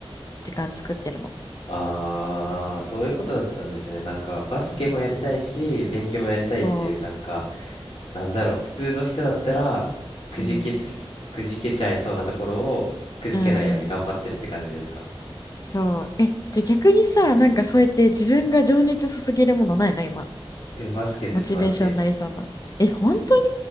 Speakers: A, on the left; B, on the left.
A: 時間作ってるの。
B: あー、そういうことだったんですね。なんか、バスケもやりたいし、
A: うん、
B: 勉強もやりたいっていう、
A: そ
B: なんか、なんだろう。普通の人だったら、くじけす、
A: う。うん。
B: くじけちゃいそうなところを、くじけないように頑張ってるって感じですか
A: うんうん。そう。え、じゃあ逆にさ、なんかそうやって自分が情熱注げるものないの今。
B: え、バスケです、
A: モチベーションになりそうな。
B: バスケ。
A: え、本当に